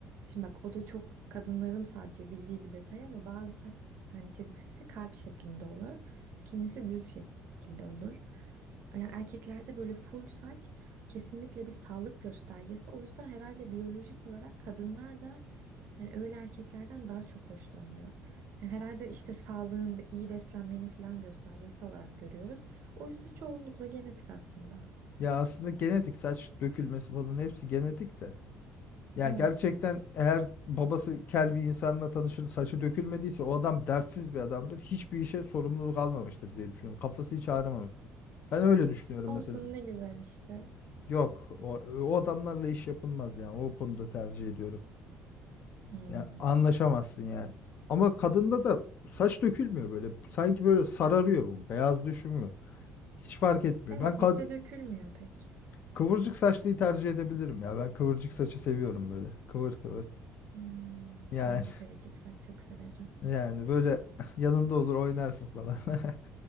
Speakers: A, on the right; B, on the left.
A: Şimdi bak o da çok kadınların sadece bildiği bir detay ama bazı saç hani çizgisi kalp şeklinde olur. Kimisi düz şekilde olur. Yani erkeklerde böyle full saç kesinlikle bir sağlık göstergesi. O yüzden herhalde biyolojik olarak kadınlar da yani öyle erkeklerden daha çok hoşlanıyor. Yani herhalde işte sağlığın, iyi beslenmenin falan göstergesi olarak görüyoruz. Oysa çoğunlukla genetik aslında.
B: ya aslında genetik saç dökülmesi falan hepsi genetik de. Yani
A: Evet.
B: gerçekten eğer babası kel bir insanla tanışır saçı dökülmediyse o adam dertsiz bir adamdır. Hiçbir işe sorumluluk almamıştır diye düşünüyorum. Kafası hiç ağrımamış. Ben öyle düşünüyorum
A: Olsun
B: mesela.
A: ne güzel işte.
B: Yok o, o adamlarla iş yapılmaz yani. O konuda tercih ediyorum.
A: Hmm.
B: Ya anlaşamazsın yani. Ama kadında da saç dökülmüyor böyle. Sanki böyle sararıyor bu. Beyaz düşmüyor. Hiç fark etmiyor.
A: Evet
B: Ben kad
A: bizde dökülmüyor pek.
B: Kıvırcık saçlıyı tercih edebilirim ya. Ben kıvırcık saçı seviyorum böyle. Kıvır kıvır.
A: Hmm.
B: Yani
A: Ben de kıvırcık saç çok severim.
B: <laughs> yani böyle <laughs> yanında olur oynarsın falan. <laughs>